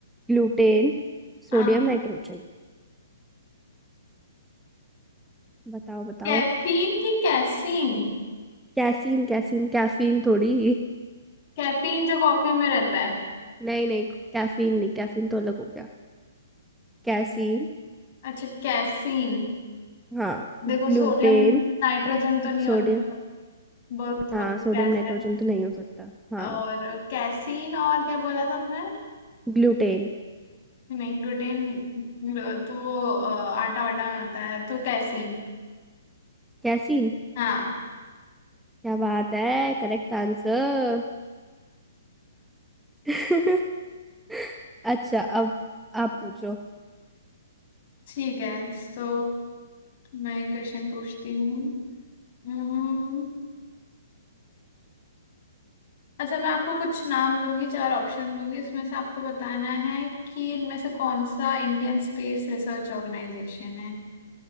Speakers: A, in the centre; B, on the left (about 45°).
A: gluten
B: हाँ
A: sodium nitrogen बताओ बताओ
B: कैफीन की कैसीन
A: कैसीन कैसीन कैफीन थोड़ी
B: कैफीन जो कॉफी में रहता है
A: नहीं नहीं कैफीन नहीं कैफीन तो अलग हो गया कैसीन
B: अच्छा कैसीन
A: हाँ
B: देखो सोडियम
A: ग्लूटेन
B: नाइट्रोजन तो नहीं होता
A: सोडियम
B: बहुत वो
A: हाँ
B: तो
A: सोडियम
B: गैस
A: नाइट्रोजन
B: है
A: तो नहीं हो सकता हाँ
B: और कैसीन और क्या बोला था आपने
A: ग्लूटेन
B: नहीं ग्लूटेन तो वो अ, आटा वाटा में होता है तो कैसीन
A: कैसीन
B: हाँ
A: क्या बात है करेक्ट आंसर <laughs> अच्छा अब आप पूछो
B: ठीक है तो मैं क्वेश्चन पूछती हूँ हम्म, अच्छा मैं आपको कुछ नाम दूंगी चार ऑप्शन दूंगी उसमें से आपको बताना है कि इनमें से कौन सा इंडियन स्पेस रिसर्च ऑर्गेनाइजेशन है